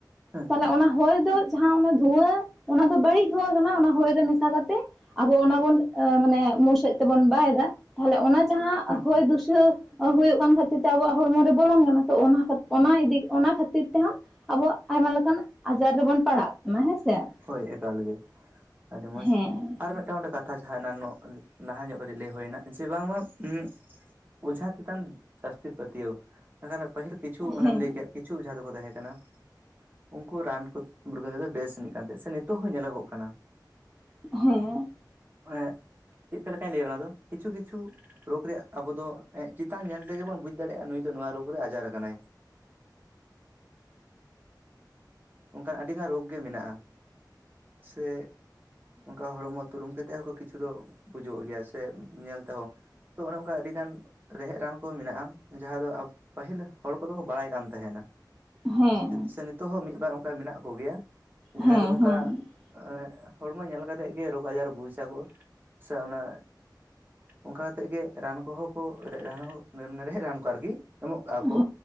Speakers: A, on the right; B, in the centre.
A: ᱦᱩᱸ
B: ᱛᱟᱦᱚᱞᱮ
A: ᱦᱩᱸ
B: ᱚᱱᱟ ᱦᱚᱭ ᱫᱚ ᱡᱟᱦᱟᱸ ᱚᱱᱟ ᱫᱷᱩᱣᱟᱹ ᱚᱱᱟ ᱫᱚ ᱵᱟᱹᱲᱤᱡ ᱫᱷᱩᱣᱟᱹ ᱠᱟᱱᱟ ᱚᱱᱟ ᱦᱚᱭ ᱨᱮ ᱢᱮᱥᱟ ᱠᱟᱛᱮ ᱟᱵᱚ ᱚᱱᱟ ᱵᱚᱱ ᱮᱸ ᱢᱟᱱᱮ ᱢᱩ ᱥᱮᱫ ᱛᱮᱵᱚᱱ ᱵᱟᱭ ᱮᱫᱟ, ᱛᱟᱦᱞᱮ ᱚᱱᱟ ᱡᱟᱦᱟᱸ ᱦᱚᱭ
A: ᱦᱩᱸ
B: ᱫᱩᱥᱟᱹᱣ ᱚ ᱦᱩᱭᱩᱜ ᱠᱟᱱ ᱠᱷᱟᱹᱛᱤᱨ ᱛᱮ ᱟᱵᱚᱣᱟᱜ ᱦᱚᱲᱢᱚ ᱨᱮ ᱵᱚᱞᱚᱱ ᱠᱟᱱᱟ ᱛᱚ ᱚᱱᱟ ᱚᱱᱟ ᱠᱷᱟᱛ ᱚᱱᱟ ᱤᱫᱤ ᱚᱱᱟ ᱠᱷᱟᱹᱛᱤᱨ ᱛᱮᱦᱚᱸ ᱟᱵᱚᱣᱟᱜ ᱟᱭᱢᱟ ᱞᱮᱠᱟᱱᱟᱜ ᱟᱡᱟᱨ ᱨᱮᱵᱚᱱ ᱯᱟᱲᱟᱜ ᱠᱟᱱᱟ, ᱦᱮᱸᱥᱮ ᱾
A: ᱦᱳᱭ ᱮᱠᱟᱞ ᱜᱮ, ᱟᱹᱰᱤ ᱢᱚᱸᱡᱽ
B: ᱦᱮᱸ
A: ᱾ ᱟᱨ ᱢᱮᱫᱴᱟᱱ ᱠᱟᱛᱷᱟ ᱡᱟᱦᱟᱸ ᱮᱱᱟ ᱱᱚᱜ ᱞᱟᱦᱟ ᱧᱚᱜ ᱠᱟᱹᱴᱤᱜ ᱞᱟᱹᱭ ᱦᱩᱭᱱᱟ ᱡᱮ ᱵᱟᱝᱢᱟ ᱩᱸᱜ ᱚᱡᱷᱟ ᱪᱮᱛᱟᱱ ᱡᱟᱹᱥᱛᱤ ᱯᱟᱹᱛᱭᱟᱹᱣ, ᱮᱠᱷᱟᱱ ᱯᱟᱹᱦᱤᱞ ᱠᱤᱪᱷᱩ ᱚᱱᱮᱢ
B: ᱦᱮᱸ
A: ᱞᱟᱹᱭ ᱠᱮᱫ ᱾ ᱠᱤᱪᱷᱩ ᱚᱡᱷᱟ ᱫᱚᱠᱚ ᱛᱟᱦᱮᱸ ᱠᱟᱱᱟ, ᱩᱝᱠᱩ ᱨᱟᱱ ᱠᱩᱛ ᱢᱩᱨᱜᱟᱹᱱ ᱛᱮᱠᱚ ᱵᱮᱥ ᱱᱤᱜ ᱠᱟᱱᱛᱮᱜ ᱥᱮ ᱱᱤᱛᱚᱜ ᱦᱚᱸ ᱧᱮᱞᱚᱜᱚᱜ ᱠᱟᱱᱟ ᱾
B: ᱦᱮᱸ ᱾
A: ᱮᱸᱜ ᱪᱮᱫᱠᱟ ᱞᱮᱠᱟᱧ ᱞᱟᱹᱭᱟ ᱚᱱᱟ ᱫᱚ, ᱠᱤᱪᱷᱩ ᱠᱤᱪᱷᱩ ᱨᱳᱜᱽ ᱨᱮᱭᱟᱜ, ᱟᱵᱚ ᱫᱚ ᱪᱮᱛᱟᱱ ᱧᱮᱞ ᱛᱮᱜᱮ, ᱵᱚᱱ ᱵᱩᱡ ᱫᱟᱲᱮᱭᱟᱜᱼᱟ, ᱱᱩᱭ ᱫᱚ ᱱᱚᱣᱟ ᱨᱳᱜᱽ ᱨᱮ, ᱟᱡᱟᱨ ᱟᱠᱟᱱᱟᱭ ᱾
B: <inaudible>
A: ᱚᱝᱠᱟ, ᱟᱹᱰᱤ ᱜᱟᱱ ᱨᱳᱜᱽ ᱜᱮ, ᱢᱮᱱᱟᱜᱼᱟ ᱾ ᱥᱮ ᱚᱱᱠᱟ ᱦᱚᱲᱢᱚ ᱛᱩᱱᱩᱢ ᱠᱟᱛᱮᱜ ᱦᱚᱸᱠᱚ, ᱠᱤᱪᱷᱩ ᱫᱚ, ᱵᱩᱡᱚᱜ ᱜᱮᱭᱟ, ᱥᱮ, ᱧᱮᱞ ᱛᱮᱦᱚᱸ ᱛᱚ, ᱚᱱᱮ ᱚᱱᱠᱟ, ᱟᱹᱰᱤ ᱜᱟᱱ ᱨᱮᱦᱮᱫ ᱨᱟᱱ ᱠᱚ ᱢᱮᱱᱟᱜᱼᱟ, ᱡᱟᱦᱟᱸ ᱫᱚ, ᱯᱟᱹᱦᱤᱞ ᱦᱚᱲ ᱠᱚᱫᱚ ᱠᱚ, ᱵᱟᱲᱟᱭ ᱠᱟᱱ ᱛᱟᱦᱮᱱᱟ ᱾
B: ᱦᱮᱸ
A: ᱥᱮ, ᱱᱤᱛᱚᱜ ᱦᱚᱸ, ᱢᱤᱫ ᱵᱟᱨ ᱚᱱᱠᱟ ᱢᱮᱱᱟᱜ ᱠᱚ, ᱜᱮᱭᱟ, ᱡᱟᱦᱟᱸᱭ
B: ᱦᱮᱸ ᱦᱮᱸ
A: ᱫᱚ, ᱚᱱᱠᱟ
B: ᱦᱮᱸ
A: ᱚᱸᱭᱻᱮ, ᱦᱚᱲᱢᱚ ᱧᱮᱞ ᱠᱟᱛᱮᱜ ᱜᱮ, ᱨᱳᱜᱽ ᱟᱡᱟᱨ ᱵᱩᱡᱟ ᱟᱠᱚ, ᱥᱮ ᱚᱱᱟ ᱚᱱᱠᱟ ᱠᱟᱛᱮᱫ ᱜᱮ, ᱨᱟᱱ ᱠᱚᱦᱚᱸ ᱠᱚ, ᱨᱮᱦᱮᱛ ᱨᱟᱱ, ᱨᱮᱦᱮᱫ ᱨᱟᱱ ᱠᱚ, ᱟᱨᱠᱤ ᱮᱢᱚᱜ ᱠᱟᱜᱼᱟ ᱠᱚ,
B: ᱦᱮᱸ